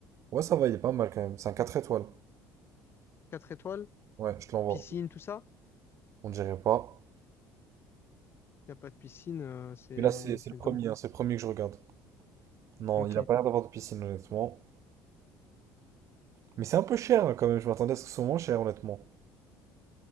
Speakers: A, on the right; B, on the left.
A: Ouais, ça va, il est pas mal quand même. C'est un 4 étoiles.
B: Quatre étoiles?
A: Ouais, je te l'envoie.
B: Piscine, tout ça?
A: On dirait pas.
B: Il n'y a pas de piscine, euh, c'est
A: Mais là, c'est c'est
B: c'est
A: le premier,
B: dom-
A: hein, c'est le premier que je regarde. Non,
B: Ok.
A: il a pas l'air d'avoir de piscine, honnêtement. Mais c'est un peu cher hein, quand même. Je m'attendais à ce que ce soit moins cher, honnêtement.